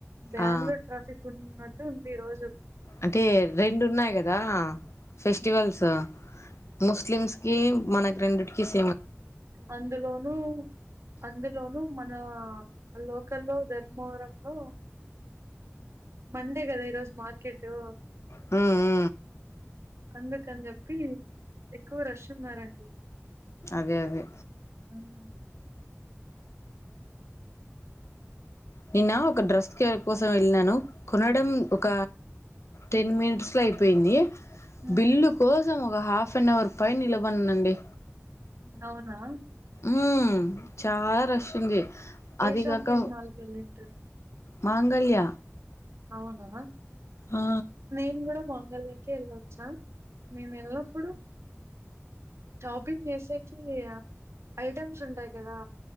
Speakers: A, on the right; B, on the left.
A: బ్యాళూర్
B: ఆ
A: ట్రాఫిక్ ఉన్న. ఉంది రోజు
B: అంటే రెండు ఉన్నాయి గదా ఫెస్టివల్స్
A: ఉమ్.
B: ముస్లిమ్స్ కి మన రెండుట్కిస్
A: అందులోను అందులోను మనా అ. లోకల్లో ధర్మవరం లో, మండే గద ఈరోజు మార్కెటు.
B: హు హు.
A: అందుకని చెప్పి, ఎక్కువ రష్ ఉన్నారండి.
B: అదేఅదే.
A: హ్మ్.
B: నిన్న ఒక డ్రెస్ కె కోసం వెళ్ళినాను, కొనడం ఒక, టెన్ మిట్స్ లో అయిపోయింది.
A: హ్మ్.
B: బిల్లు కోసం ఒగ హాఫ్. వన్ అవర్ పైన్ నిలబననండి.
A: అవునా.
B: ఉమ్ చాలా రష్ ఉంది. అదిగాక
A: ఏ షాంఫింగ్ మాల్. తెలిటర్.
B: మాంగళ్య.
A: అవుననా.
B: ఆ
A: నేను గుడ మా. గళ్ళకే ఎళ్ళొచ్చా మేమ్ వెళ్ళప్పుడు. షాపింగ్ జెసేకి అ ఐటమ్స్ ఉంటాయి కదా.